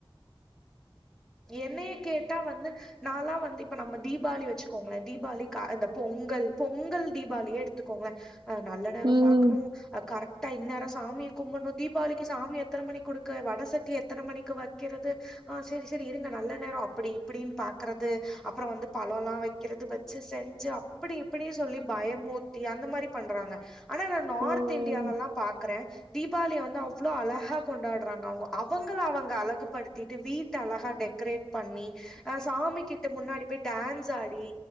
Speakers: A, in the centre; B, on the right.
A: என்னைய கேட்டா வந்து நாலா வந்து இப்ப நம்ம தீபாளி வச்சுக்கோங்ளே தீபாளி கா இந்த பொங்கல் பொங்கல் தீபாளியே எடுத்துக்கோங்ளே அ நல்ல நேரொ
B: ம்
A: பாக்ணு
B: ம்
A: அ கரெக்டா இந்நேரோ சாமி கும்புன்னு தீபாளிக்கு சாமிய எத்தன மணி குடுக்க வடை சட்டி எத்தன மணிக்கு வக்கிறது ஆஹ் செரி செரி இருங்க நல்ல நேரோ அப்டி இப்டின்னு பாக் க்றது அப்புறம் வந்து பழொல்லா வைக்கிறது வச்சு செஞ்சு அப்பிடி இப்பிடி சொல்லி பயமூ டி அந்த மாரி பண்றாங்க ஆனா நா நார்த்
B: ம்
A: இந்தியாலல்லாம் பாக்குறே தீபாவிளிய வந்து அவ்ளோ அழகா கொண்டாட்றாங்க அவுங்க அவங்கள அவங்க அழகுபடுத்திட்டு வீட் ட அழகா டெக்கரேட் பண்ணி அ சாமி கிட்ட முன்னாடி டான்ஸ் ஆடி